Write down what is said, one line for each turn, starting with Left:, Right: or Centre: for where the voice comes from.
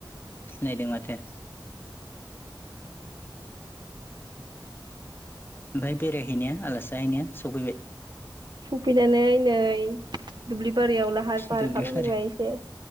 Left: सिनायदों माथो ओमफाय बेरायहैनाया आलासि जाहैनाया सफैबाय
Right: सफैनानै नै दुब्लि बारियाव लाहार फाहार
Left: दुब्लिबारि
Right: खालामहैबाय एसे